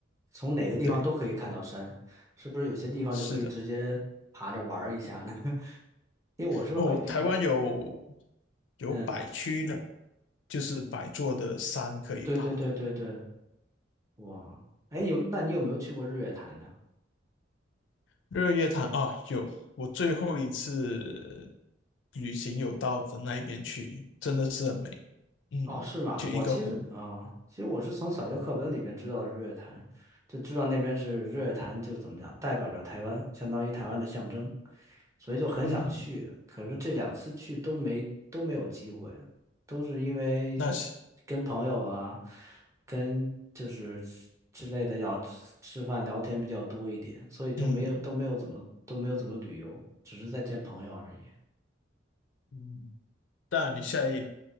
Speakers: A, on the right; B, on the left.
A: 从哪个地方都可以看到山，
B: 对，
A: 是不是有些地方就可以直接爬着玩儿一下呢？
B: 是的。
A: <laughs> 因为我是会比较，
B: 哦，台湾有有百区呢，
A: 嗯，
B: 就是百座的山可以爬。
A: 对对对对对，哇，哎，有，那你有没有去过日月潭呢？
B: 日月潭啊，有，我最后一次旅行有到的那一边去，真的是很美。嗯，
A: 哦，是吗？
B: 就一个湖。
A: 我其实，嗯，其实我是从小学课本里边知道日月潭，就知道那边是日月潭，就是怎么讲，代表着台湾，相当于台湾的象征，所以就很想去。
B: 嗯，
A: 可是这两次去都没都没有机会，都是因为
B: 那是
A: 跟朋友啊，跟就是之类的要吃吃饭聊天比较多一点，所以就没有都没有怎么都没有怎么旅游，
B: 嗯。
A: 只是在见朋友而已。
B: 嗯，当然你下一